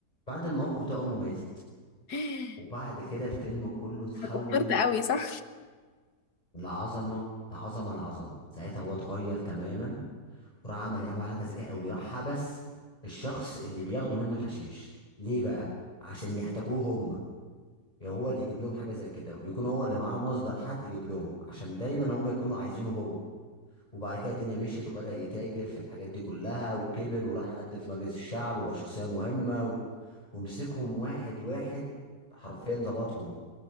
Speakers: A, on the left; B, on the left.
A: بعد الموقف ده امه ماتت
B: <laughs>
A: وبعد كده الفيلم كله اتحول
B: اتأثرت قوي صح
A: لعظمه لعظمه لعظمه ساعتها هو اتغير تماما وراح عمل ايه عمل حركه ذكيه قوي راح حبس الشخص اللي بياخدوا منه الحشيش ليه بقى عشان يحتاجوه هم يعني هو اللي يجيب لهم حاجه زي كده ويكون هو اللي معاه مصدر حد يجيب لهم عشان دايما هم يكونوا عايزينه هو وبعد كده الدنيا مشيت وبدأ يتاجر في الحاجات دي كلها وكبر وراح قد في مجلس الشعب وبقى شخصية مهمة و... ومسكهم واحد واحد حرفيا ظبطهم